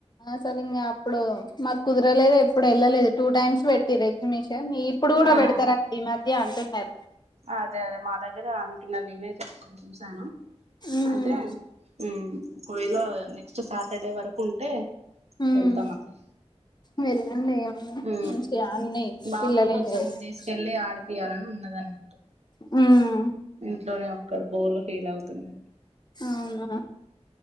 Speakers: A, on the left; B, on the right.
A: అసలు ఇంక అప్పుడు మాకు కుదరలేదు ఎప్పుడు వెళ్ళలేదు టూ టైమ్స్ పెటిరు ఎగ్జిబిషన్ మీ ఇప్పుడు కూడా
B: ఆ
A: పెడతారా అని ఈ మధ్య అంటున్నారు
B: అదే అదే మా దగ్గర అంటున్నారు నేనే చెప్తను చూశాను
A: ఉమ్
B: అదే ఉమ్ ఒకవేళ నెక్స్ట్ సాటర్డే వరకు ఉంటే
A: హ్మ్
B: వెళ్తామండి
A: వెళ్ళండి
B: ఉ
A: మంచిగా అన్ని
B: బాబును
A: పిల్లలు
B: కొంచెం
A: ఎంజాయ్ చేస్తారు
B: తీసుకెళ్ళి ఆడిపియాలని ఉన్నదన్నట్టు
A: హ్మ్
B: ఇంట్లోనే ఒక్కడు బోర్గా ఫీల్ అవుతున్నాడు
A: అవునా